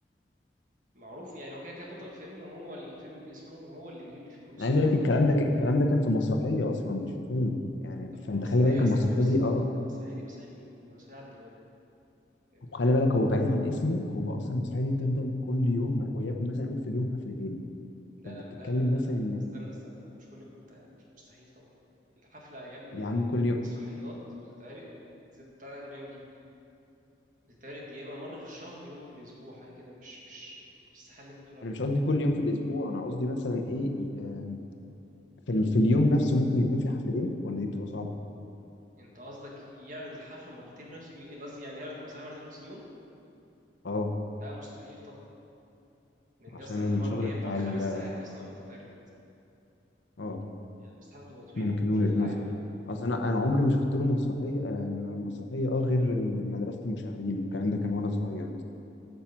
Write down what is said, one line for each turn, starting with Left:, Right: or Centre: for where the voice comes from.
Right: معروف يعني هو كده كده بطل فيلم وهو الفيلم باسمه وهو اللي بيجيب لي فلوس
Left: انا عايز
Right: وهو
Left: اقول
Right: اللي
Left: لك الكلام
Right: مش عارف
Left: ده
Right: ايه
Left: الكلام
Right: كده
Left: ده كان في مسرحيه اصلا مش في فيلم يعني
Right: طب
Left: فانت
Right: ما هو مسرحية
Left: خلي بالك
Right: اصل
Left: المسرحيه
Right: انت بص
Left: دي
Right: برضه
Left: اه
Right: انت المسرحية دي مسرحية مين؟ ما هي مسرحية عادل امام فاهمني؟
Left: وخلي بالك هو بعيد عن اسمه هو اصلا المسرحيه دي بتفضل كل يوم وياكم مثلا قول في اليوم حفلتين
Right: لا
Left: فانت
Right: لا
Left: بتتكلم
Right: لا لا لا
Left: مثلا
Right: لا
Left: إن
Right: استنى استنى مش كل يوم حتى يعني مش مستحيل طبعا الحفلة يا ابني
Left: يا
Right: ال-
Left: عم كل يوم
Right: المسرحيات بتتعرض بتاع عادل امام دي بتتعرض يا اما مره في الشهر يا اما مره في الاسبوع حاجه كده مش مش مش السحال اللي انت بتقول عليه
Left: انا مش
Right: ده
Left: قصدي كل يوم في الاسبوع انا قصدي مثلا ايه آه، في ال- في اليوم نفسه ممكن يكون في حفلتين ولا دي بتبقى صعبه
Right: انت قصدك يعرض الحفله مرتين في نفس اليوم قصدي يعني يعرض المسرحيه مرتين في نفس اليوم
Left: اه
Right: لا مستحيل طبعا لان
Left: عشان
Right: اصلا المره
Left: الشغل
Right: اللي هي
Left: بتاع
Right: بتقعد خمس
Left: ال
Right: ساعات اصلا تتعرض
Left: اه
Right: يعني المستحيل بتبقى طويله
Left: ممكن وجهه
Right: بشكل
Left: نظر
Right: عام يعني
Left: اصل انا انا عمري ما شفت له مسرحيه آه مسرحيه اه غير مدرسه المشاغبين الكلام ده كان وانا صغير